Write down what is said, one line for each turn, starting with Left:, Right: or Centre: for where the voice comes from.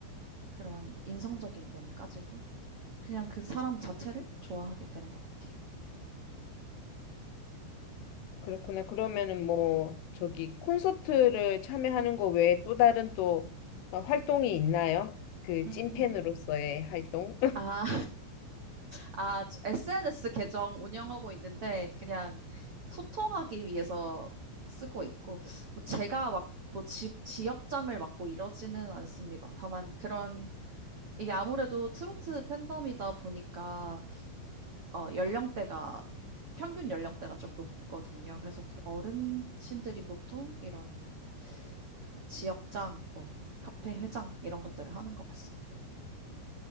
Right: 그런 인성적인 면까지도 그냥 그 사람 자체를 좋아하게 되는 것 같아요.
Left: 그렇구나. 그러면은 뭐 저기 콘서트를 참여하는 거 외에 또 다른 또 어, 활동이 있나요? 그
Right: 음.
Left: 찐팬으로서의 활동? <laughs>
Right: 아. 아, 저 SNS 계정 운영하고 있는데 그냥 소통하기 위해서 쓰고 있고 뭐 제가 막 뭐 지, 지역장을 맡고 이러지는 않습니다. 다만 그런 이게 아무래도 트로트 팬덤이다 보니까 어, 연령대가 평균 연령대가 좀 높거든요. 그래서 그 어른신들이 보통 이런 그런 지역장 뭐 카페 회장 이런 것들을 하는 것 같습니다.